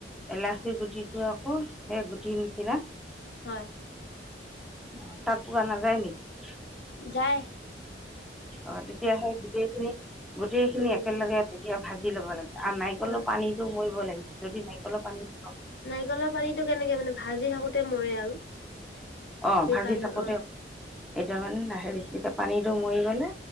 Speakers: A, in the centre; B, on the left.
A: ইলাচি গুটিটো আকৌ সেই গুটিৰ নিচিনা
B: হয়
A: অ তাৰ প আ না যায় নেকি?
B: যায়
A: অ তেতিয়া সেই গোটেইখিনি গোটেই খিনি
B: উম
A: একেলগে এতিয়া ভাজি ল'ব লাগে। আৰু নাৰিকললেও
B: হয়
A: পানীতটো মৰিব লাগে। যদি নাৰিকলৰ পানীত
B: নাৰিকলৰ পানীতটো কেনেকে মানে ভাজি থাকোতে মৰে আৰু
A: অ
B: ৰিফাইন
A: ভাজি থাকো
B: অ
A: দে এতিাৰ মানে লাহেখ পানীটো মৰি গলে